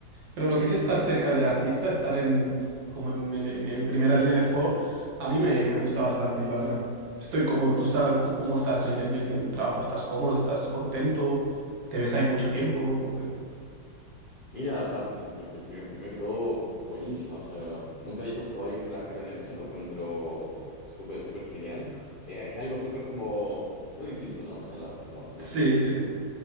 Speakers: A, on the right (about 75°); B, on the left (about 80°).
A: Pero lo que es estar cerca del artista, estar en, como en, en- en- primera línea de fuego, a mí me, me gusta bastante y la verdad. Estoy cómodo. ¿Tú, está tú cómo estás en, el en el- en el trabajo? ¿Estás cómodo? ¿Estás contento? ¿Te ves ahí mucho tiempo? ¿O qué?
B: Mira, o sea, pr- pr- pr- primero que todo, buenísima. O sea, nunca había escuchado a alguien trabajar en eso, lo encuentro súper, súper genial. Eh, Es, algo súper como muy distinto, ¿no? O sea, no, no, no
A: Sí,
B: hay mucho.
A: sí.